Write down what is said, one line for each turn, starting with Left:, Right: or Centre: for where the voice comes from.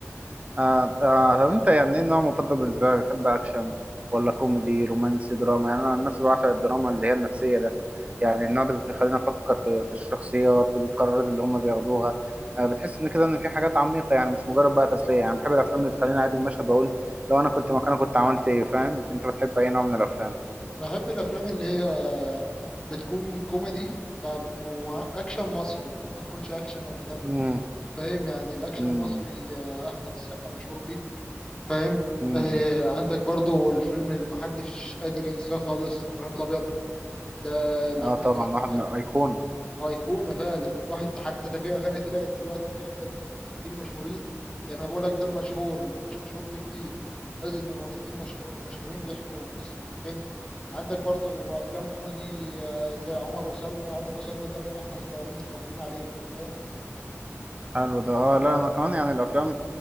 Right: آه آه طب انت يعني ايه النوع المفضل بالنسبه لك بتحب اكشن ولا كوميدي رومانسي دراما يعني انا عن نفسي بعشق الدراما اللي هي النفسيه ده يعني النوع ده بيخلينا نفكر في, في الشخصيات القرارات اللي هم بياخدوها آه بتحس ان كده ان في حاجات عميقه يعني مش مجرد بقى تسليه يعني بحب الافلام اللي تخليني اعيد المشهد واقول لو انا كنت مكانه كنت عملت ايه فاهم انت بتحب اي نوع من الافلام
Left: بحب الافلام اللي هي بتكون كوميدي ب- واكشن مصري ما تكونش اكشن اجنبي
Right: امم
Left: فاهم يعني الاكشن
Right: امم
Left: المصري آه، احمد السقا مشهور بيه فاهم
Right: امم
Left: آه عندك برضو الفيلم اللي محدش قادر ينساه خالص ابراهيم الابيض ده لاحمد
Right: اه طبعا
Left: السقا
Right: واحد من ايقونه
Left: ايقونه فعلا الواحد حتى ده في اغاني طلعت دلوقتي فيها زاد من اغنيتين مشهورين يعني انا بقول لك ده المشهور اللي مش مشهور فيه كتير ازيد من اغنيتين مشهور مشهورين بيحكوا قصه الفيلم عندك برضو افلام كوميدي آه، زي عمر وسلمى عمر وسلمى ده من واحنا صغيرين متربيين عليه فاهم
Right: حلو ده اه لا انا كمان يعني الافلام